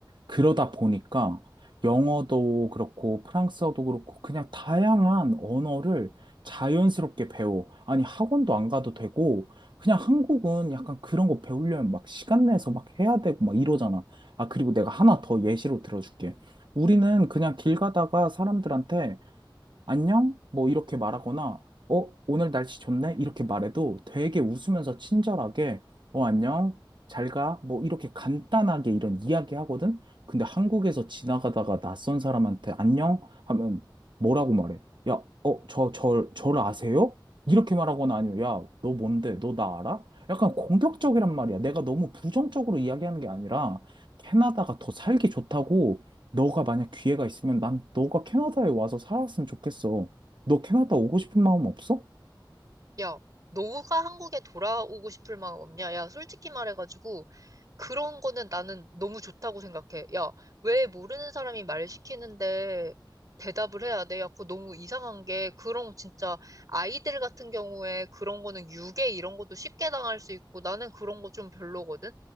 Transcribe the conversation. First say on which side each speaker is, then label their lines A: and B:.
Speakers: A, on the right (about 70°); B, on the right (about 45°).
A: 그러다 보니까 영어도 그렇고 프랑스어도 그렇고 그냥 다양한 언어를 자연스럽게 배워. 아니 학원도 안 가도 되고 그냥 한국은 약간 그런 거 배우려면 막 시간 내서 막 해야 되고 막 이러잖아. 아 그리고 내가 하나 더 예시로 들어줄게. 우리는 그냥 길 가다가 사람들한테 안녕? 뭐 이렇게 말하거나, 어, 오늘 날씨 좋네? 이렇게 말해도 되게 웃으면서 친절하게, 어, 안녕? 잘 가? 뭐 이렇게 간단하게 이런 이야기 하거든? 근데 한국에서 지나가다가 낯선 사람한테 안녕? 하면 뭐라고 말해? 야, 어, 저, 저, 저를 아세요? 이렇게 말하거나 아니면, 야, 너 뭔데? 너 나 알아? 약간 공격적이란 말이야. 내가 너무 부정적으로 이야기하는 게 아니라, 캐나다가 더 살기 좋다고, 너가 만약 기회가 있으면 난 너가 캐나다에 와서 살았으면 좋겠어. 너 캐나다 오고 싶은 마음 없어?
B: 야, 너가 한국에 돌아오고 싶을 마음 없냐? 야, 솔직히 말해가지고, 그런 거는 나는 너무 좋다고 생각해. 야, 왜 모르는 사람이 말 시키는데 대답을 해야 돼? 야, 그거 너무 이상한 게, 그런 진짜 아이들 같은 경우에 그런 거는 유괴 이런 것도 쉽게 당할 수 있고, 나는 그런 거 좀 별로거든?